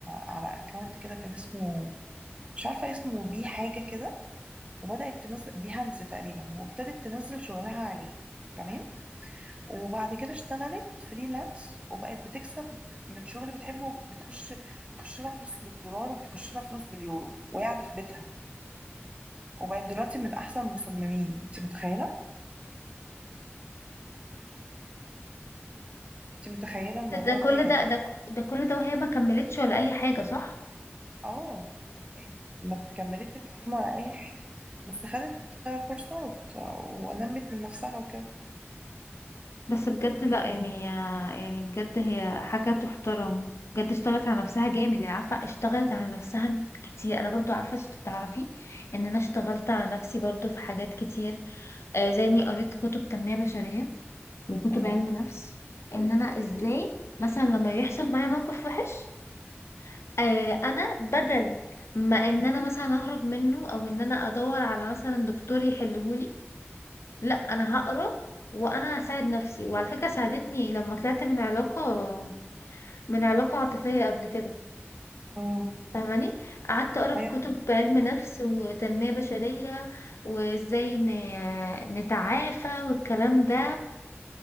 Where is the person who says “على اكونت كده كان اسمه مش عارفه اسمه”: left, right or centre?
Right